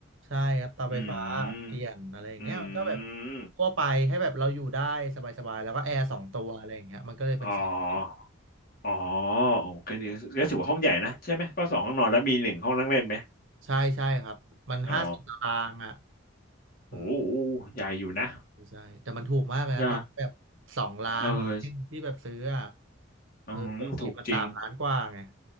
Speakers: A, on the right; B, on the left.
A: ใช่ครับเตาไฟฟ้าเปลี่ยนอะไรอย่างเงี้ยมันก็แบบ
B: อืมอืม
A: ทั่วไปให้แบบเราอยู่ได้สบายๆแล้วก็แอร์สองตัวอะไรอย่างเงี้ยมันก็เลยเป็นแสน
B: อ๋ออ๋อโอ้ก็ดีก็ถือว่าห้องใหญ่นะใช่ไหมก็สองห้องนอนแล้วมีหนึ่งห้องนั่งเล่นไหม
A: ใช่ใช่ครับมันห้าสิบตารางอ่ะ
B: อ๋อ
A: อืม
B: โอ้โหใหญ่อยู่นะ
A: ใช่แต่มันถูกมากเลยนะตอนแบบสองล้าน
B: ย่าเออ
A: ที่แบบซื้ออ่ะ
B: อืมถูกจริง
A: เออปกติมันสามล้านกว่าไง